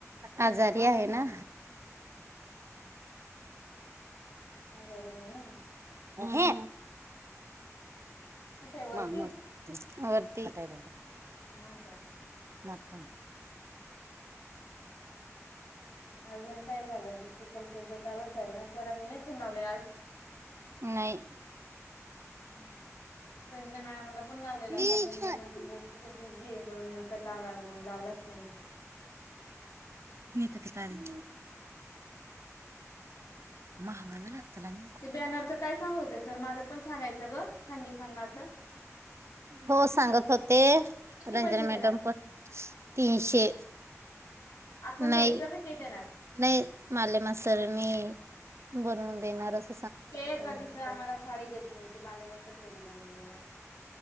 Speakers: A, on the right; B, on the left.
A: आजारी आहे ना,
B: आजारी म्हणून
A: घे
B: कुठे वरती
A: मांग मांगा वरती काय?
B: ह का
A: नतम
B: आग काय झालं तेथिकलसर्ग कालच झाले ना, सर आणि नाही फोन लावलेला आज
A: नाही
B: ् रंजना मॅडमला पण लावलेला
A: हम्म
B: पण रंजा मॅड बोच ते बिझी आहे म्हणून नंतर लावणार म्हणून लावलाच नाही
A: हम्त क तरी माहावाल ढतरदद
B: ते बॅनरचं काय सांगत होते सर माझं पण सांगायचं ग सांगी सांगणार तर
A: हो सांगत होते
B: किती
A: रंजन
B: पैसे घेणार?
A: मॅडम पण तीनशे
B: आपण
A: नाही
B: द्यायचं क ते दे येणार
A: नाही माले मासर मी बनवून देणार अस
B: ते कधीच आम्हाला साडी देत नाही ते माले म सर कधी बनवून देणार